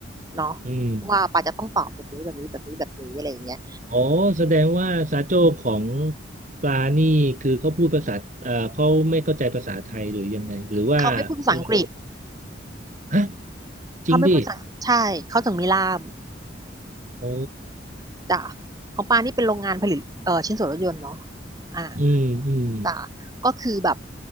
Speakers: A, on the right; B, on the right.
A: เนาะ
B: อืม
A: ว่าปาจะต้องตอบแบบนี้แบบนี้แบบนี้แบบนี้อะไรอย่างเงี้ย
B: อ๋อแสดงว่าซาโจ้ของปลานี่คือเขาพูดภาษาเอ่อเขาไม่เข้าใจภาษาไทยหรือยังไงหรือว่า
A: เขาไม่พูดภาษาอังกฤษ
B: เราฮะ
A: เขาไม่พูดภาษา
B: จริงดิ
A: ใช่ เขาถึงมีล่าม
B: โอ้
A: จ้ะของปานี่เป็นโรงงานผลิตเอ่อชิ้นส่วนรถยนต์เนาะอ่า
B: อืมอืม
A: จ้ะก็คือแบบ